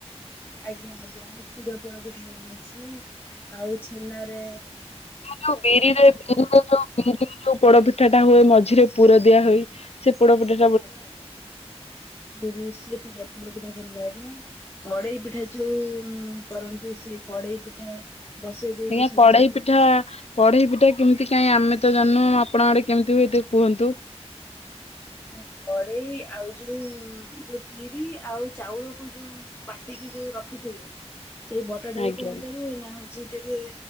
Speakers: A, on the left (about 20°); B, on the left (about 70°).
A: ଆଜ୍ଞା ଆଜ୍ଞା ମୁଁ କ୍ଷୀର ପୋଡ ପିଠା ଜାଣିଛି ଆଉ ଛେନା ରେ
B: ଯୋଉ ବିରିରେ ବିରିରେ ଯୋଉ ଦି ଦି ଯୋଉ ପୋଡପିଠା ଟା ହୁଏ ମଝିରେ ପୁର ଦିଆ ହୋଇ ସେ ପୋଡପିଠା
A: ଆଜ୍ଞା <unintelligible> ପୂଜା ପୋଡପିଠା ଭଲ ଲାଗେ। କଡେଇ ପିଠା ଯୋଉ କରନ୍ତି ସେଇ କଡେଇ ପିଠା ବସେଇ ଦେଇକି
B: ଆଜ୍ଞା
A: ସବୁ
B: କଡେଇ ପିଠା କଢେଇ ପିଠା କେମିତି କାଇଁ ଆମେ ତ ଜାଣିନୁ ଆପଣଙ୍କ ଆଡେ କେମିତି ହୁଏ ଟିକେ କୁହନ୍ତୁ।
A: ଏଁ କଡେଇ ଆଉ ଯୋଉ ଯୋଉ ବିରି ଆଉ ଚାଉଳକୁ ଯୋଉ ବାଟିକି ଯୋଉ ରଖିଥିବେ ସେ ବଟାଟାକୁ
B: ଆଜ୍ଞା
A: କଣ କରିବେ ନା ହୋଉଛି ଟିରୁଏ